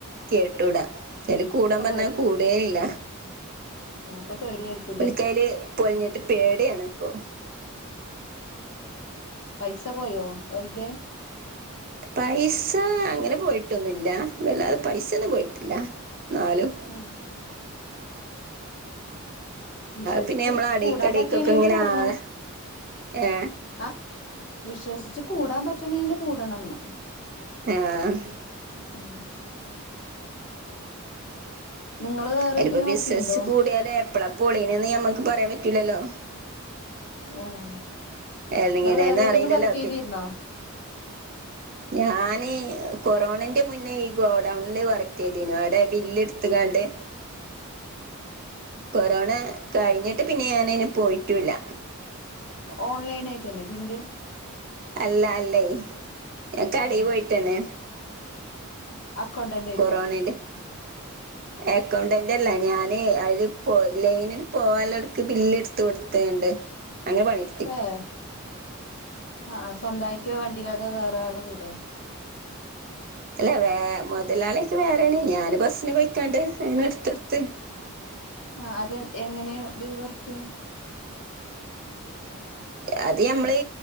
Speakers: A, on the right; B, on the left.
A: കേട്ടൂടാ അയ്ല് കൂടാൻ
B: ഇപ്പൊ
A: പർഞ്ഞാ കൂടേ ഇല്ല
B: പ്പ പേടിയായ്ര്ക്കും
A: ഓൽക്കയ്ല് പൊള്ഞ്ഞ്ട്ട് പേടിയാണ് ഇപ്പോ
B: ഉം പൈസ പോയോ ഓൽത്
A: പൈസ അങ്ങനെ പോയിട്ടൊന്നുല്ല വല്ലാതെ പൈസൊന്നും പോയിട്ടില്ല ന്നാലും
B: ആഹ് വിശ്വസ്ച്ച്
A: പിന്നെ നമ്മള അടീക്കടീക്കൊക്കെ
B: കൂടാൻ പറ്റാണെയ്ല്
A: ഇങ്ങനെ
B: കൂടണം
A: ആളെ ഏ
B: ആഹ് വിശ്വസിച്ച് കൂടാൻ പറ്റണീല് കൂടണംന്ന്
A: ഏഹ്
B: ഉം നിങ്ങള് വേറെ
A: അയ്നിപ്പോ
B: ഏതേലും
A: ബിസിനസ്സ്
B: വർക്ക് ചെയ്യണ്ടോ
A: കൂടിയാല് എപ്പളാ പൊളീന്നേന്ന് ഞമ്മക്ക് പറയാൻ പറ്റൂലല്ലോ
B: ആഹ് നിങ്ങള്
A: എങ്ങനെയന്ന്
B: വേറേതേലും
A: അറിയില്ലല്ലോ
B: വർക്കെയ്തീര്ന്നോ
A: ഞാനീ കൊറോണന്റെ മുന്നേ ഈ ഗോഡൗണില് വർക്കെയ്തീനു അവ്ടെ ബില്ലെട്ത്ത്കാണ്ട്
B: <inaudible>
A: കൊറോണ കഴിഞ്ഞിട്ട് പിന്നെ ഞാനയ്ന് പോയിട്ടൂല്ല
B: ഓൺലൈനായിട്ടണ ബില്ല്
A: അല്ല അല്ലേ ഞാൻ കടെ
B: ആഹ്
A: പോയിട്ടന്നെ
B: അക്കൗണ്ടന്റ് ആയിട്ടോ
A: കൊറോണേന്റ
B: <inaudible>
A: അക്കൗണ്ടന്റല്ല ഞാനെ അത് പോ ലൈനില് പോവാനുള്ളോർക്ക് ബില്ല് എട്ത്ത് കൊട്ക്കാണ്ട് അങ്ങനെ പണി
B: ഏഹ് ആഹ് സ്വന്തായിട്ട് വണ്ടില്ലാതെ വേറെ ആളെ കൂടെ
A: അല്ല വേ മുതലാളിക്കെ വേറെണ് ഞാൻ ബസ്സിന് പോയിക്കാണ്ട് അങ്ങനെ എടുത്തൊടുത്ത്
B: ആഹ് അത് എങ്ങനെ ഇത് വർക്ക്
A: അത് നമ്മള്